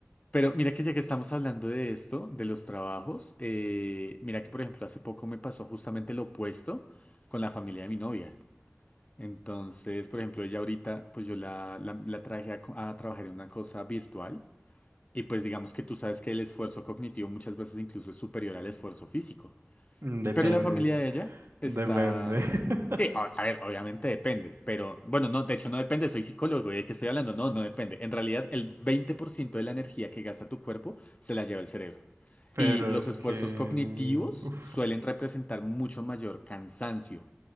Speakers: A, on the left (about 30°); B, on the right (about 80°).
A: Pero mira que ya que estamos hablando de esto, de los trabajos, eh, mira que por ejemplo hace poco me pasó justamente lo opuesto con la familia de mi novia. Entonces, por ejemplo, ella ahorita, pues yo la, la, la traje a, co- a trabajar en una cosa virtual y pues digamos que tú sabes que el esfuerzo cognitivo muchas veces incluso es superior al esfuerzo físico.
B: Mm, Depende.
A: Pero la familia de ella está...
B: Depende. <laughs>
A: Sí, a, a ver, obviamente depende, pero bueno, no, de hecho no depende, soy psicólogo y de qué estoy hablando, no, no depende. En realidad el 20% de la energía que gasta tu cuerpo se la lleva el cerebro.
B: Pero
A: Y los
B: es
A: esfuerzos
B: que...
A: cognitivos
B: uf.
A: suelen representar mucho mayor cansancio,